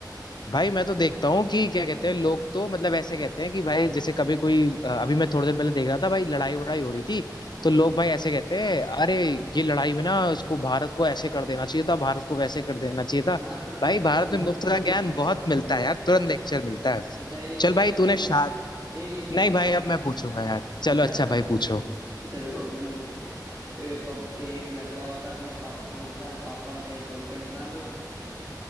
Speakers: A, on the left; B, on the right.
A: भाई मैं तो देखता हूँ कि क्या कहते हैं लोग तो मतलब ऐसे कहते हैं कि भाई जैसे कभी कोई अ, अभी मैं थोड़े दिन पहले देख रहा था भाई लड़ाई वड़ाई हो रही थी तो लोग भाई ऐसे कहते हैं अरे ये लड़ाई में ना इसको भारत को ऐसे कर देना चाहिए था भारत को वैसे कर देना चाहिए था
B: हाँ तुरंत
A: भाई
B: लेक्चर
A: भारत
B: देना
A: में मुफ्त
B: शुरू
A: का
B: हो जाता
A: ज्ञान
B: है उनका
A: बहुत मिलता है यार तुरंत लेक्चर मिलता है
B: अच्छा एक
A: चल
B: एक
A: भाई
B: और सुनाओ
A: तूने शाद
B: एक एक
A: नहीं
B: एक और
A: भाई
B: सुनाओ
A: अब
B: अच्छा
A: मैं पूछूंगा यार चलो
B: अच्छा
A: अच्छा
B: अच्छा
A: भाई
B: अच्छा
A: पूछो
B: अच्छा रुको ए, पब, एक लड़का होता है अपने पापा से बोलता है पापा मैं एक गर्लफ्रेंड बना लूं